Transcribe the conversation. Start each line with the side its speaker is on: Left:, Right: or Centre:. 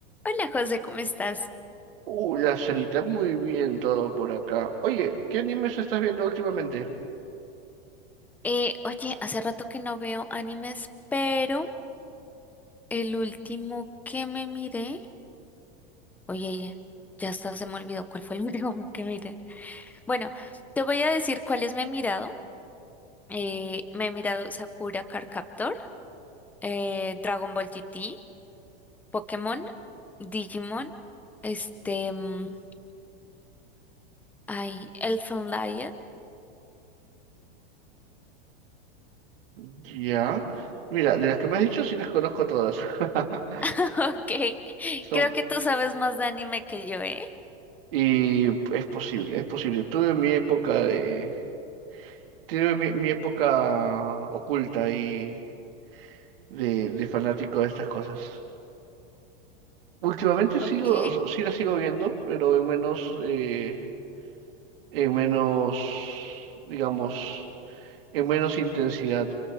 Centre: Hola José, ¿cómo estás?
Right: Uh, la cerita, muy bien todo por acá. Oye, ¿qué animes estás viendo últimamente?
Centre: Eh, oye, hace rato que no veo animes, pero el último que me miré, oye, ya ya hasta se me olvidó cuál fue el <laughs> último que miré. Bueno, te voy a decir cuáles me he mirado. Eh, me he mirado Sakura Card Captor, eh, Dragon Ball GT, Pokémon, Digimon, este, mm, ay, Elfen Lied. <laughs>
Right: Ya. Mira, de las que me has dicho sí las conozco todas. <laughs>
Centre: Ok,
Right: Son,
Centre: creo que tú sabes más de anime que yo, ¿eh?
Right: y es posible, es posible. Tuve mi época de. Tuve mi, mi época oculta y de, de fanático de estas cosas. Últimamente sigo,
Centre: Ok.
Right: o sea, sí las sigo viendo, pero en menos, eh, en menos, digamos, en menos intensidad.